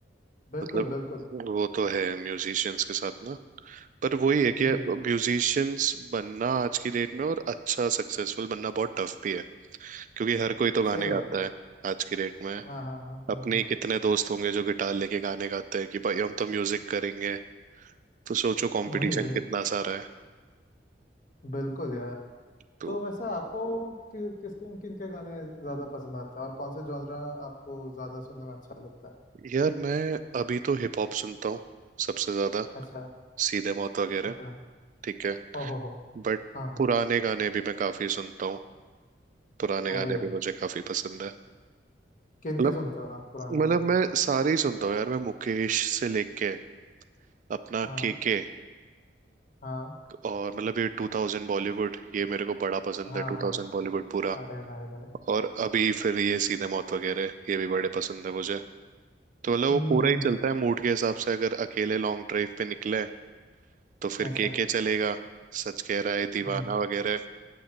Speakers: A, on the left; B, on the right.
A: बिल्कुल
B: मतलब
A: बिल्कुल
B: वो तो है म्यूजिशियंस के साथ ना पर वही है कि
A: जी जी
B: म्यूजिशियंस बनना आज की डेट में और अच्छा सक्सेसफुल बनना बहुत टफ भी है क्योंकि हर कोई तो
A: सही
B: गाने
A: बात
B: गाता
A: है
B: है आज की डेट में
A: हाँ हाँ हाँ हाँ
B: अपने
A: हाँ
B: ही कितने दोस्त होंगे जो गिटार लेके गाने गाते हैं कि भाई हम तो म्यूजिक करेंगे तो सोचो कंपटीशन
A: वही वही
B: कितना सारा है
A: बिल्कुल यार
B: तो
A: तो वैसे आपको कि, किस किन किन के गाने ज्यादा पसंद आते हैं और कौन से जॉनरा आपको ज्यादा सुनने में अच्छा लगता है
B: यार मैं अभी तो हिप हॉप सुनता हूँ सबसे ज्यादा
A: अच्छा
B: सीधे मौत वगैरह
A: अच्छा
B: ठीक है
A: ओ हो हो
B: बट
A: हाँ हाँ
B: पुराने गाने भी मैं काफी सुनता हूँ पुराने गाने
A: अरे
B: भी मुझे काफी पसंद है
A: किन
B: मतलब
A: के सुनते हो आप पुराने
B: मतलब
A: वाले
B: मैं सारे ही सुनता हूँ यार मैं मुकेश से लेके अपना
A: हाँ
B: केके
A: हाँ
B: और मतलब ये 2000 बॉलीवुड ये मेरे को बड़ा पसंद
A: हाँ
B: है 2000
A: हाँ हाँ
B: बॉलीवुड पूरा
A: अरे भाई भाई भाई
B: और अभी फिर ये सीधे मौत वगैरह ये भी बड़े पसंद है मुझे तो मतलब
A: हम्म
B: वो पूरा
A: हम्म,
B: ही चलता
A: हम्म,
B: है मूड के हिसाब से अगर अकेले लॉन्ग ड्राइव पे निकले तो फिर
A: अच्छा
B: केके चलेगा सच कह रहा है दीवाना
A: हम्म
B: वगैरह